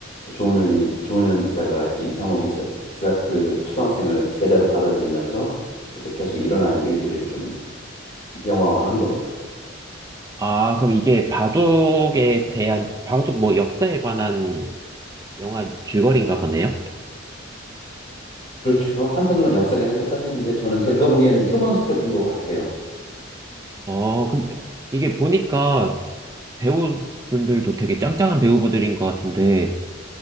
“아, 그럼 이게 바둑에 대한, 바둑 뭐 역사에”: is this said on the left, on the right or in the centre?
Right